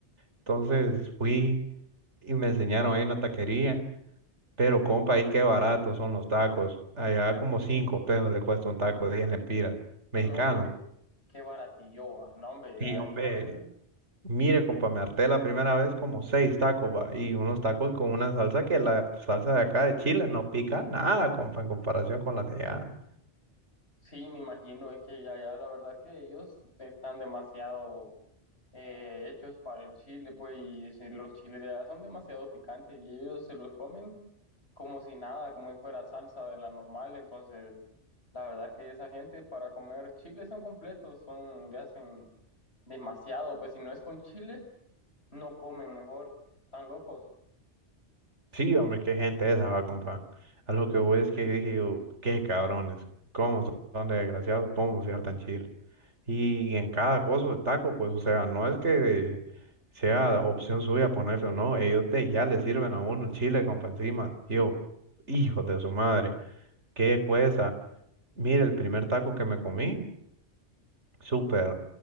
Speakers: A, on the right; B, on the left.
A: Entonces fui y me enseñaron ahí una taquería. Pero compa, ahí qué baratos son los tacos. Allá como cinco pesos le cuesta un taco, 10 lempiras, mexicano.
B: no, hombre, qué, qué baratillo, va. No, hombre, ya,
A: Y hombre,
B: entonces,
A: Mire, compa, me harté la primera vez como seis tacos, va, y unos tacos con una salsa que la salsa de acá de Chile no pica nada, compa, en comparación con la de allá.
B: sí, me imagino, es que ya, ya, la verdad que ellos están demasiado eh, hechos para el chile, pues, y si los chiles de allá son demasiado picantes y ellos se los comen, como si nada, como si fuera salsa de la normal. Entonces, la verdad que esa gente para comer chile son completos, son, le hacen demasiado, pues si no es con chile, no comen mejor, tan locos.
A: Sí, hombre, qué gente esa, va, compa. A lo que voy es que dije, yo, qué cabrones, cómo son son de desgraciados, cómo se hartan Chile. Y en cada cosa de taco, pues, o sea, no es que sea opción suya ponerlo, no, ellos te, ya le sirven a uno el chile, compa, encima. Y Yo, hijo de su madre. ¿Qué cuesta? Mire, el primer taco que me comí, súper,